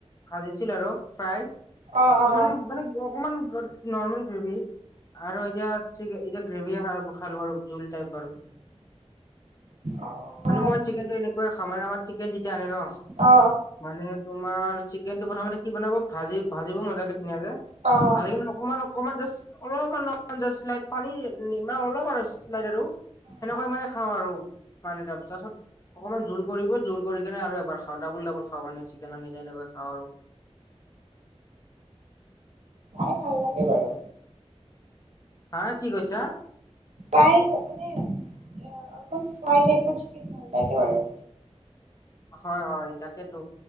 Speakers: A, on the left; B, on the right.
A: ভাজিছিল আৰু ফ্ৰাই
B: অ
A: ত
B: অ
A: মানে মানে অকমান নৰ্মেল গ্ৰেভি আৰু চিকেন এতিয়া গ্ৰেভীয়ে খালো আৰু জুল টাইপ আৰু
B: অ
A: মানে
B: আচ্ছা
A: মই চিকেনটো এনেকুৱা খাও মানে আমাৰ চিকেন যেতিয়া আনে ন মানে
B: অ
A: তোমাৰ চিকেনটো প্ৰথমতে কি বনাব ভাজি ভাজিব মজাকে ধুনীয়াাক যে
B: অ
A: ভাজি কিনে অকমান অকমান জাষ্ট অলপ অলপ শ্লাইড পানী মানে অলপ আৰু শ্লাইড আৰু সেনেকৈ
B: অ
A: মানে খাওঁ আৰু পানী ত তাৰ পিছত অকমান জোল কৰিব জোল কৰি কিনে আৰু এবাৰ খাওঁ মানে চিকেন আনিলে এনেক খাওঁ আৰু ডবোল ডাবোল খাও আৰু
B: ভাল লাগে বাৰু
A: হা কি কৈছা
B: ফাই মানে অলপমান ফ্ৰাই টাইপৰ চিকেন ভাল লাগে বাৰু
A: হয়, হয় তাকেেতো